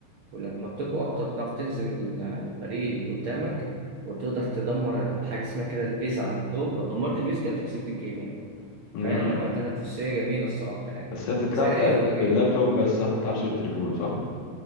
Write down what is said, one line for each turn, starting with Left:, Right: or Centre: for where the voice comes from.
Right: ولما بتقوى اكتر بتعرف تهزم ال- الفريق اللي قدامك وتقدر تدمر حاجه اسمها كده البيز عندهم لو دمرت البيز كده انت كسبت الجيم يعني
Left: مم.
Right: فهي لعبه تنافسيه جميله الصراحه يعني
Left: بس هي بتتلعب
Right: زي اي
Left: تا-
Right: والله
Left: باللابتوب
Right: جيم
Left: بس صح ما بتلعبش بالتليفون صح